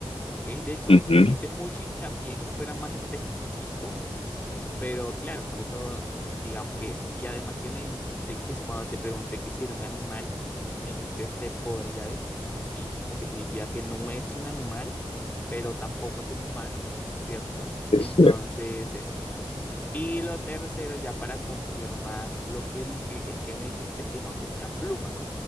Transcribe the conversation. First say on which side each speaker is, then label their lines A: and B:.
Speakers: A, on the left; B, on the left.
A: ¿ok? De hecho,
B: Ujú,
A: hiciste mucho hincapié en que fuera más específico Pero claro, por eso digamos que eso. Y además que me dijiste que es cuando te pregunté que si era un animal, me dijiste se podría decir que sí, lo que significa que no es un animal, pero tampoco es un humano, ¿cierto? Entonces,
B: Es cierto.
A: eso. Y lo tercero, ya para confirmar lo que dije, es que me dijiste que no tenía pluma.